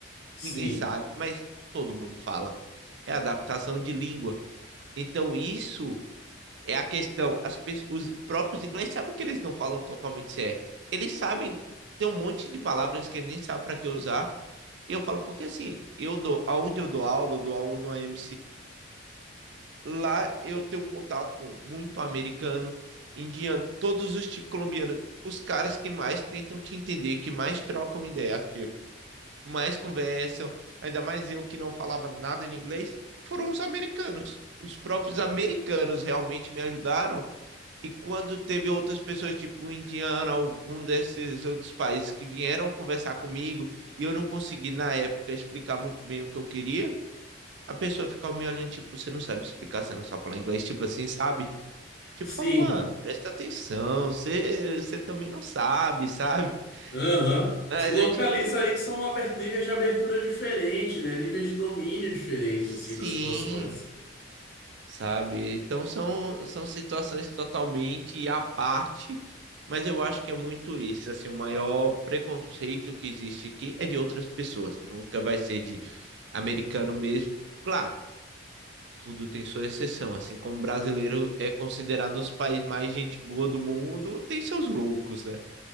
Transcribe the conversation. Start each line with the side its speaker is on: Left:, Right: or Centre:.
Left: Sim.
Right: Ninguém sabe, mas todo mundo fala. É adaptação de língua. Então, isso é a questão. As pe- os próprios ingleses sabem que eles não falam totalmente certo. Eles sabem, tem um monte de palavras que eles nem sabem para que usar. E eu falo, porque assim, eu dou, aonde eu dou aula, eu dou aula no AMCA, Lá eu tenho um contato com muito americano, indiano, todos os tipos colombianos, os caras que mais tentam te entender, que mais trocam ideia, que mais conversam, ainda mais eu que não falava nada em inglês, foram os americanos. Os próprios americanos realmente me ajudaram. E quando teve outras pessoas, tipo o indiano, algum desses outros países que vieram conversar comigo, e eu não consegui na época explicar muito bem o que eu queria, a pessoa fica me olhando, tipo, você não sabe explicar, você não sabe falar inglês, tipo assim, sabe? Tipo,
Left: Sim.
Right: fala, mano, presta atenção, você, você também não sabe, sabe? <laughs>
Left: Aham.
Right: Mas
Left: Se localiza
Right: é tipo,
Left: aí que são aber- níveis de abertura diferentes, né? Níveis de domínio diferentes,
Right: sim,
Left: assim, das situações.
Right: sabe? Então são, são situações totalmente à parte, mas eu acho que é muito isso, assim, o maior preconceito que existe aqui é de outras pessoas, nunca vai ser de americano mesmo. Claro, tudo tem sua exceção. Assim como o brasileiro é considerado um dos países mais gente boa do mundo, tem seus loucos, né?